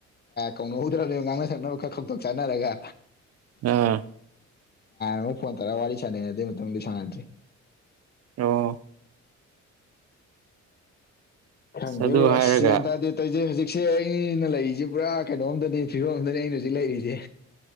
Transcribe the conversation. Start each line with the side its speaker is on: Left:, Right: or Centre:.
Left: ꯀꯧꯅꯧꯍꯧꯗ꯭ꯔꯕꯅꯦꯕ ꯉꯥꯡꯅ ꯁꯛꯅꯕ ꯈꯔ ꯈꯛꯇ ꯆꯥꯟꯅꯔ ꯇꯉ
Right: ꯑꯝ
Left: ꯑꯃꯨꯛ ꯐꯣꯟ ꯇꯔꯥ ꯋꯥꯔꯤ ꯁꯥꯟꯅꯩ ꯑꯗꯨꯏ ꯃꯇꯨꯡꯗꯤ ꯁꯥꯟꯅꯗ꯭ꯔꯦ
Right: ꯑꯣ
Left: ꯈꯪꯗꯦꯕꯣ
Right: ꯑꯗꯨ ꯍꯥꯏꯔꯒ
Left: ꯑꯁ ꯌꯥ꯭ꯌꯥꯟ ꯇꯥꯗꯦ ꯇꯧꯁꯦ ꯍꯧꯖꯤꯛ ꯁꯤꯦ ꯑꯩꯅ ꯂꯩꯔꯤꯁꯦ ꯄꯨꯔꯥ ꯀꯩꯅꯣꯝꯗꯅꯤ ꯐꯤꯕꯝ ꯑꯝꯗꯅꯤ ꯑꯩꯅ ꯍꯧꯖꯤꯛ ꯂꯩꯔꯤꯁꯦ